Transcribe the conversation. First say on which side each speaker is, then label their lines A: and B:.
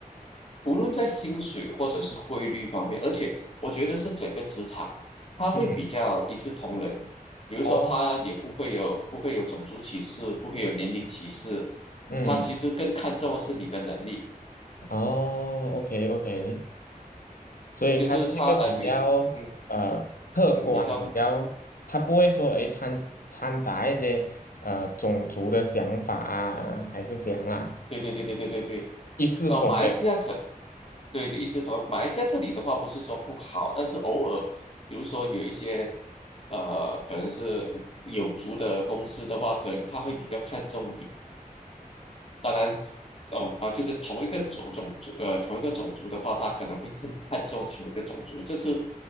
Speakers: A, on the left; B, on the left.
A: 无论在薪水或者是汇率方面，而且我觉得是整个职场，它会比较一视同仁。
B: 嗯，
A: 比如说，
B: 哦，
A: 他也不会有不会有种族歧视，不会有年龄歧视，
B: 嗯，
A: 他其实更看重的是你的能力，
B: 哦，OK，OK，所以它是一个比较呃客观，
A: 就是他，哎，比如嗯嗯，你说。
B: 比较它不会说诶掺掺杂一些呃种族的想法啊，还是怎样啦，
A: 对对对对对对对，
B: 一视同仁。
A: 呃，马来西亚可对的意思同马来西亚这里的话不是说不好，但是偶尔，比如说有一些呃，可能是有族的公司的话，可能他会比较看重，当然种啊、就是同一个种种族呃同一个种族的话，他可能会更看重同一个种族，这是